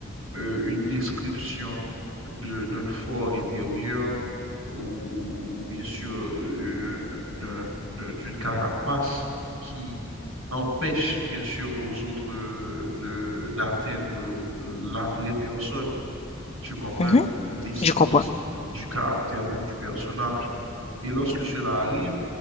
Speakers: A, on the right; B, on the left.
A: euh, une description de, d'un fort intérieur ou, ou- ou bien sûr euh, euh, d'un- d'un- d'une carapace qui empêche bien sûr aux autres euh, de d'atteindre euh, la vraie personne. Tu comprends
B: Mhm,
A: l'essence
B: je comprends.
A: du caractère même du personnage. Et lorsque cela arrive,